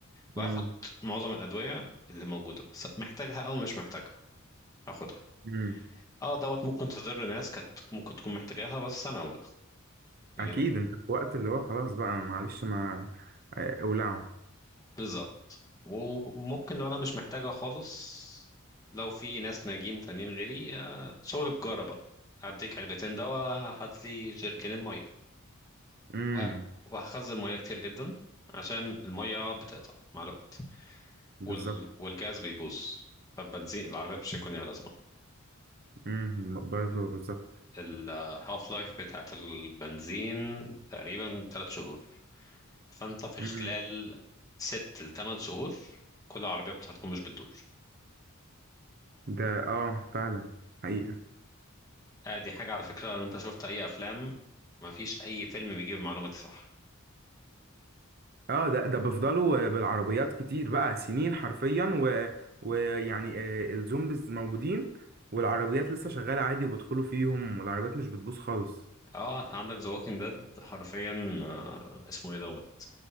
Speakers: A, on the left; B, on the right.
A: واخد
B: امم
A: معظم الادوية اللي موجودة س- محتاجها او مش محتاجها اخدها
B: امم
A: اه دوت ممكن تضر ناس كانت ممكن تكون محتاجاها بس انا اولى يعني
B: اكيد
A: ب-
B: انت في وقت اللي هو خلاص بقى معلش ما آه، اولعه
A: بالظبط وممكن لو انا مش محتاجها خالص لو في ناس ناجين تانيين غيري آه، شغل تجارة بقى هديك علبتين دواء هات لي جيركنين مية
B: امم
A: وه- وهخزن مية كتير جدا عشان المية بتقطع مع الوقت
B: بالظبط
A: وال... والجاز بيبوظ فالبنزين العربيات مش هيكون ليها لازمة
B: امم برضه بالظبط
A: الهاف لايف بتاعت البنزين تقريبا تلات شهور فانت في
B: امم
A: خلال ست لتمن شهور كل العربيات هتكون مش بتدور
B: ده اه فعلا حقيقة
A: آه، دي حاجة على فكرة لو انت شفت اي افلام مفيش اي فيلم بيجيب المعلومة دي صح
B: اه ده ده بيفضلوا بالعربيات كتير بقى سنين حرفيا و... ويعني آه، الزومبيز موجودين والعربيات لسه شغالة عادي وبيدخلوا فيهم والعربيات مش بتبوظ خالص
A: اه انت عندك ذا ووكينج ديد حرفيا آه، اسمه ايه دوت